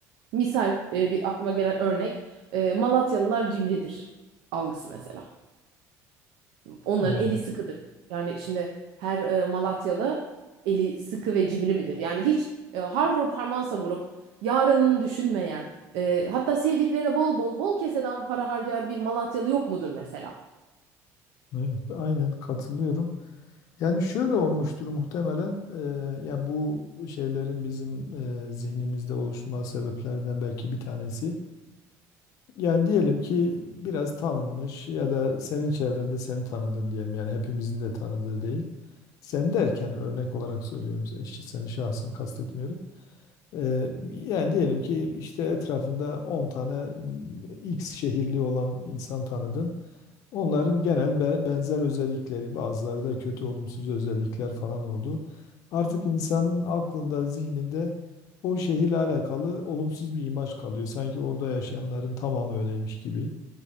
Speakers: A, on the right (about 85°); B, on the left (about 60°).
A: misal e, bir aklıma gelen örnek e, Malatyalılar cimridir algısı mesela. Onların
B: Evet,
A: eli sıkıdır. Yani şimdi her e, Malatyalı eli sıkı ve cimri midir? Yani hiç e, harvur parmağı savurup yarınını düşünmeyen, e, hatta sevdiklerine bol bol bol keseden para harcayan bir Malatyalı yok mudur mesela?
B: evet, aynen katılıyorum. Yani şöyle olmuştur muhtemelen e, ya bu şeylerin bizim e, zihnimizde oluşma sebeplerinden belki bir tanesi. Yani diyelim ki biraz tanınmış ya da senin çevrende seni tanıdın diyelim yani hepimizin de tanıdığı değil. Sen derken örnek olarak söylüyorum sen- işte senin şahsını kastetmiyorum. E, yani diyelim ki işte etrafında 10 tane m, X şehirli olan insan tanıdın. Onların genel be- benzer özellikleri, bazıları da kötü olumsuz özellikler falan oldu. Artık insanın aklında, zihninde o şehirle alakalı olumsuz bir imaj kalıyor. Sanki orada yaşayanların tamamı öyleymiş gibi.